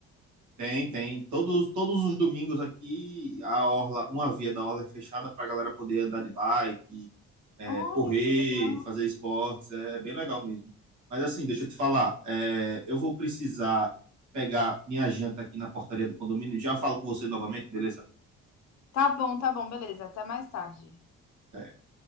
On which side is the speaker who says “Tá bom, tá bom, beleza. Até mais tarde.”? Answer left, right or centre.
Left